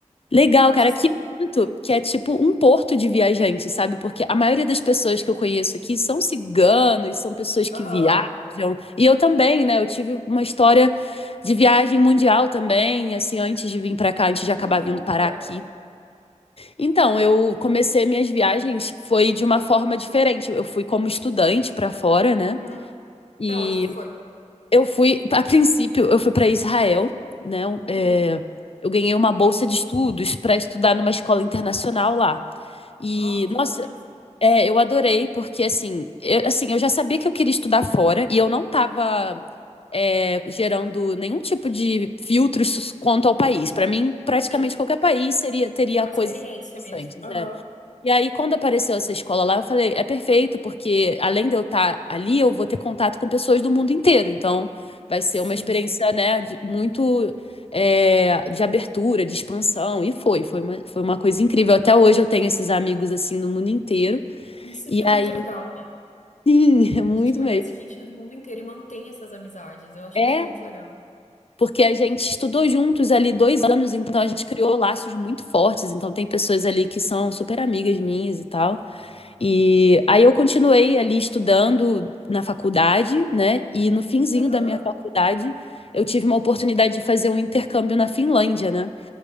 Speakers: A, on the left; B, on the left.
A: Legal,
B: Passo
A: cara. Aqui
B: sim.
A: eu sinto que é tipo um porto de viajante, sabe? Porque a maioria das pessoas que eu conheço aqui são ciganos, são pessoas que
B: Aham.
A: viajam. E eu também, né? Eu tive uma história de viagem mundial também, assim, antes de vir pra cá, antes de acabar
B: Me conta.
A: vindo parar aqui. Então, eu comecei minhas viagens foi de uma forma diferente. Eu fui como estudante pra fora, né?
B: Uhum.
A: e
B: Pra onde tu foi?
A: eu fui, a princípio, eu fui para Israel, né? Um,
B: Uhum.
A: é, eu ganhei uma bolsa de estudos para estudar numa escola internacional lá. E,
B: Uau, que demais.
A: nossa, é, eu adorei, porque assim eu, assim, eu já sabia que eu queria estudar fora e eu não estava
B: Hum?
A: gerando nenhum tipo de filtros quanto ao país. Para mim, praticamente
B: Sim.
A: qualquer país seria, teria
B: Queria uma
A: coisas
B: experiência
A: interessantes.
B: mesmo. Aham.
A: é. E aí, quando apareceu essa escola lá, eu falei, é perfeito, porque além de eu estar ali, eu vou ter contato com pessoas do mundo inteiro. Então, vai ser
B: Sim.
A: uma experiência, né, de- muito é, de abertura, de expansão. E foi, foi uma, foi uma coisa incrível. Até hoje eu tenho esses amigos, assim, do mundo inteiro.
B: Isso
A: E
B: que é
A: aí,
B: muito legal, né?
A: sim, <laughs> é muito
B: A gente conhece
A: mesmo.
B: gente do mundo inteiro e mantém essas amizades. Eu acho
A: É,
B: isso muito legal.
A: porque a gente estudou juntos ali dois anos, então
B: Sim.
A: a gente criou laços muito fortes. Então, tem pessoas ali que são super amigas minhas e tal. E aí eu continuei ali estudando na faculdade, né? E no finzinho
B: Aham.
A: da minha faculdade, eu tive uma oportunidade de fazer um intercâmbio na Finlândia, né?